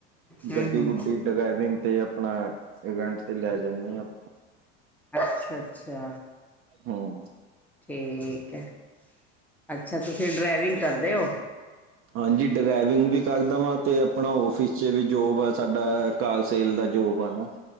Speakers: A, in the centre; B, on the right.
A: ਹਮ
B: ਗੱਡੀ
A: ਹਮ
B: ਗੁੱਡੀ ਡਰਾਈਵਿੰਗ ਤੇ ਆਪਣਾ ਰੈੰਟ ਤੇ ਜਾਂਦੇ ਹਾ। ਆਪ
A: ਅੱਛਾ ਅੱਛਾ
B: ਹਮ <unintelligible>
A: ਠੀਕ ਹੈ, ਅੱਛਾ ਤੁਸੀਂ ਡਰਾਈਵਿੰਗ ਕਰਦੇ ਹੋ-
B: ਹਾਂਜੀ ਡਰਾਈਵਿੰਗ ਵੀ ਕਰਦ ਵਾਂ ਅਤੇ ਆਪਣਾ ਔਫਿਸ 'ਚ ਵੀ ਜੋਬ ਆ ਸਾਡਾ ਕਾਲਸੇਲ ਦਾ ਜੋਬ ਆ ਨਾ।